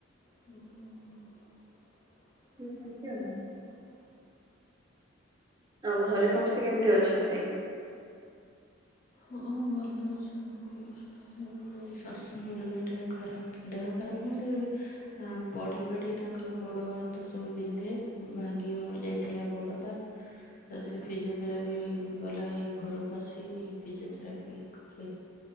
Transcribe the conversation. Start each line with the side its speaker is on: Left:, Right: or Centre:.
Left: ହୁଁ।
Right: ଏମିତି ଆଉ ଆଉ ଘରେ ସମସ୍ତେ କେମିତି ଅଛନ୍ତି?
Left: ହଁ ଭଲ ଅଛନ୍ତି। ହଁ-ଅ-ଅ ଶାଶୁଙ୍କ ଦେହ ଟିକେ ଖରାପଥି ଦେହ ଖରାପ କଣ <unintelligible> ହଁ ପଢ଼ିପଢ଼ି ତାଙ୍କର ଗୋଡ଼, ହାତ ସବୁ ବିନ୍ଧେ। ଭାଙ୍ଗି ବ ଯାଇଥିଲା ଗୋଡ଼ ଟା। ତ ସେ ଫିଜିଓଥେରାଆଫି ଭଲ ହେଇ ଘରକୁ ଆସି ଫିଜିଓଥେରପି କରି